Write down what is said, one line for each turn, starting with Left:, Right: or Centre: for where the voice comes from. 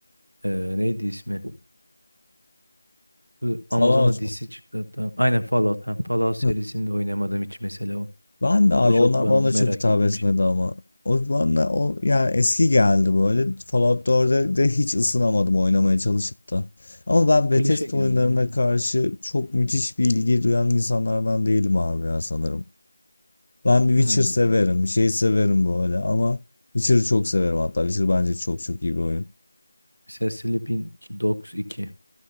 Right: Ee, neydi ismi? Bu
Left: Fallout
Right: Amazon'da dizisi
Left: mu?
Right: çıktı hatta. Aynen Fallout. Ha, Fallout serisinde
Left: Hı.
Right: oynamadım hiç mesela o.
Left: Ben de abi
Right: O da çok
Left: onlar
Right: bana
Left: bana
Right: merak
Left: da çok hitap
Right: ettiğim
Left: etmedi
Right: bir şey.
Left: ama. O bana o yani eski geldi böyle. Fallout 4'e de hiç ısınamadım oynamaya çalışıp da. Ama ben
Right: Klişe
Left: Bethesda
Right: geldi
Left: oyunlarına
Right: yani.
Left: karşı çok müthiş bir ilgi duyan insanlardan değilim abi ya sanırım. Ben Witcher
Right: Hmm.
Left: severim, şey severim böyle ama Witcher'ı çok severim hatta. Witcher bence çok çok iyi bir oyun.
Right: Mesela Sleeping Dogs 2.